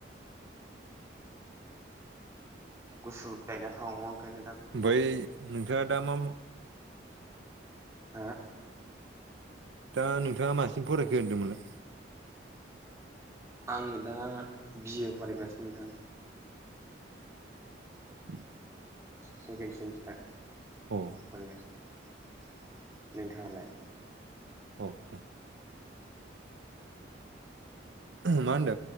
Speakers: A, on the right; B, on the right.
A: गुसु गायना थाङो ओंखायनो दा
B: ओमफ्राय
A: गरम
B: नोंथाङा दा मा
A: हा
B: दा नोंथाङा मासिम फरायखो होनदोंमोनलाय
A: आङो दा बिए फरायगासिनो नोंथां
B: <unintelligible>
A: सेकेन्ड सेमिस्टार
B: अ
A: फरगासिनो नोंथाङालाय
B: औ औ माहोनदो?